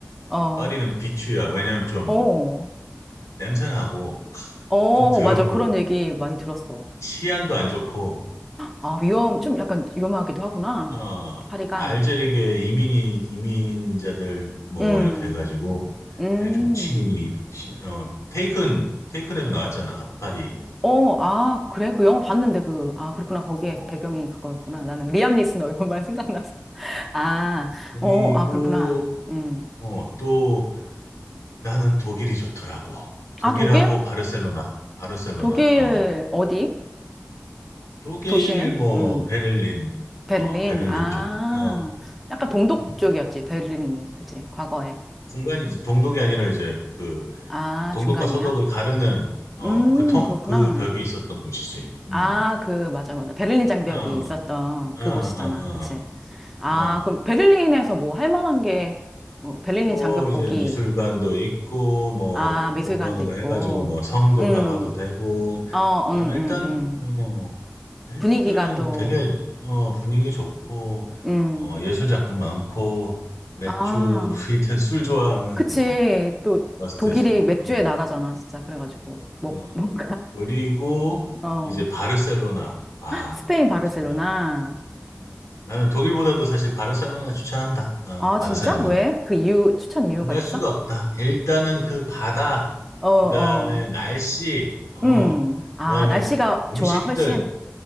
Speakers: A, in the centre; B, on the left (about 75°).
A: 어,
B: 파리는 비추야. 왜냐면 좀
A: 어,
B: 냄새나고
A: 어,
B: 좀 더럽고
A: 맞아. 그런 얘기 많이 들었어.
B: 치안도 안 좋고.
A: 아, 위험, 좀 약간 위험하기도 하구나.
B: 어,
A: 파리가.
B: 알제리계 이민이 이민자들 뭐
A: 음,
B: 이렇게 해가지고
A: 음.
B: 되게 좀 치민이 시- 어 테이큰 테이큰에도 나왔잖아 파리.
A: 어, 아, 그래? 그 영화 봤는데 그, 아, 그렇구나. 거기에
B: 어,
A: 배경이
B: 어.
A: 그거였구나. 나는 리암 니슨 얼굴만 <laughs> 생각났어. 아,
B: 그리고
A: 어, 아, 그렇구나. 음.
B: 어, 또 나는 독일이 좋더라고. 독일하고
A: 아, 독일?
B: 바르셀로나, 바르셀로나.
A: 독일
B: 어,
A: 어디?
B: 독일
A: 도시는?
B: 뭐
A: 음.
B: 베를린,
A: 베를린.
B: 어, 베를린
A: 아,
B: 쪽. 어,
A: 약간 동독
B: 음,
A: 쪽이었지, 베를린이. 그치, 과거에.
B: 중간이지. 동독이 아니라 이제 그
A: 아,
B: 동독과
A: 중간이야?
B: 서독을 가르는 어,
A: 음,
B: 그 통,
A: 그렇구나.
B: 그 벽이 있었던 곳이지. 음,
A: 아, 그, 맞아, 맞아. 베를린 장벽이
B: 어,
A: 있었던
B: 어,
A: 그곳이잖아.
B: 어,
A: 그치. 아,
B: 어, 어.
A: 그럼 베를린에서 뭐 할 만한 게, 뭐 베를린
B: 뭐
A: 장벽
B: 이제
A: 보기.
B: 미술관도 있고 뭐
A: 아, 미술관도
B: 근방으로
A: 있고.
B: 해가지고 뭐 성도
A: 음,
B: 가봐도 되고.
A: 어,
B: 그다음에
A: 음, 음,
B: 일단
A: 음.
B: 어, 일단은
A: 분위기가 또,
B: 되게 어, 분위기 좋고
A: 음.
B: 어, 예술 작품 많고 맥주
A: 아,
B: <laughs> 이든 술 좋아하면
A: 그치.
B: 뭐
A: 또
B: 버스트지.
A: 독일이 맥주의
B: 음,
A: 나라잖아, 진짜. 그래가지고 뭐
B: 어.
A: 뭔가
B: 그리고
A: <laughs> 어
B: 이제 바르셀로나. 아
A: 스페인 바르셀로나.
B: 정말 어, 나는 독일보다도 사실 바르셀로나 추천한다. 아,
A: 아,
B: 바르셀로나
A: 진짜? 왜? 그 이유 추천 이유가
B: 안 갈
A: 있어?
B: 수가 없다. 일단은 그 바다,
A: 어, 어.
B: 그 다음에 날씨, 어,
A: 음.
B: 그
A: 아,
B: 다음에
A: 날씨가
B: 음식들.
A: 좋아, 훨씬.